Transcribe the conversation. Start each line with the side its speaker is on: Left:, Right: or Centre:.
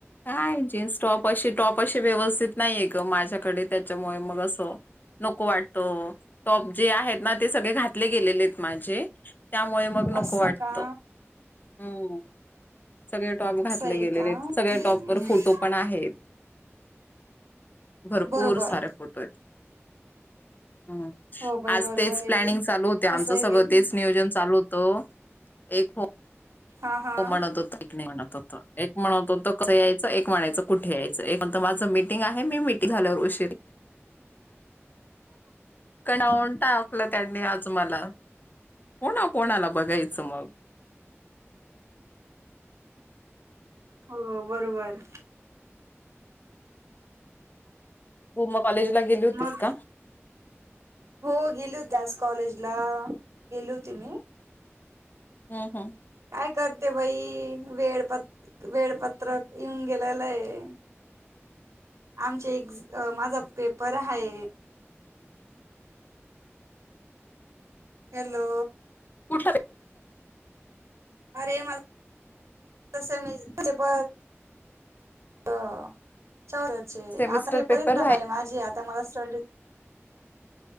Left: काय जीन्स टॉप अशी टॉप अशी व्यवस्थित नाही आहे ग माझ्याकडे त्याच्यामुळे मग असं नको वाटत टॉप जे आहेत ना ते सगळे घातले गेलेले आहेत माझे. त्यामुळे मग नको
Right: असं
Left: वाटत.
Right: का
Left: हम् <inaudible> <unintelligible> टॉप
Right: असं
Left: घातले
Right: आहे
Left: गेलेले
Right: का
Left: आहेत सगळ्या
Right: हम्म
Left: टॉप वर फोटो पण आहेत. भरपूर
Right: बरोबर
Left: सारे फोटो आहेत. हम
Right: हो बाई
Left: आज
Right: बरोबर
Left: तेच
Right: आहे
Left: प्लॅनिंग चालू होते आमचं
Right: कसं आहे
Left: सगळं
Right: बाई
Left: तेच नियोजन चालू होत तो एक हो
Right: हा हा
Left: हो म्हणत होता एक नाही म्हणत होत एक म्हणत होत कसं यायचं एक म्हणायचं कुठे यायचं एक म्हणत माझं मिीटिंग आहे मी मिीटिंग झाल्यावर उशीर कणवण टा कलं त्यांनी आज मला कोणा कोणाला बघायचं मग
Right: हो बरोबर
Left: हो म कॉलेज ला गेली होतीस
Right: मग
Left: का
Right: हो गेली होती आज कॉलेजला गेली होती मी
Left: हम् हम्म
Right: काय करते बाई वेळपत वेळपत्रक येऊन गेलेलं हे आमचे एक् माझा पेपर आहे हॅलो
Left: ुठ
Right: अरे मला तसे मचे प हो चौचे
Left: सेमिस्टर
Right: आता हे
Left: पेपर
Right: परेेत ना
Left: राहिला
Right: बाई माझी आता मला स्टॉ